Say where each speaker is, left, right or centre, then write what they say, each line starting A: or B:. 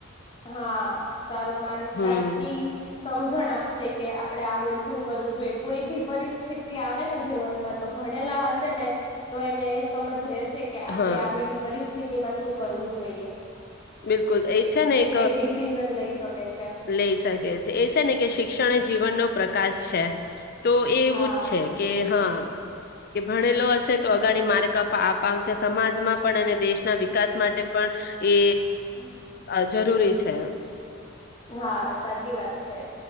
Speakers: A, on the left; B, on the left.
A: હા. સારો માર્ગ
B: હમ
A: સી. સમજણ આપશે કે આપડે આગળ શું કરવું જોઈએ કોઈ બી પરિસ્થિતિ આવે ને જીવનમાં તો ભણેલા હશે ને તો એને એ સમજ રહે. કે આપણે
B: હા
A: આગળની પરિસ્થિતિ તેમાં શું કરવું જોઈએ.
B: બિલકુલ એ છે ને એક
A: એ ડડી સિઝન લઈ. ઓકે
B: લઈ શકે છે એ છે ને કે શિક્ષણ - જીવનનોો પ્રકાશ છે. તો એ એવું
A: હા
B: જ છે કે હા. કે ભણેલો હશે તો અગાડી માર્ક અપા આપાવશે સમાજમાં પણ અને દેશના વિકાસ માટે પણ એ
A: હમ
B: અ જરૂરી છે. છે એવું
A: હા સાચી વાત છે.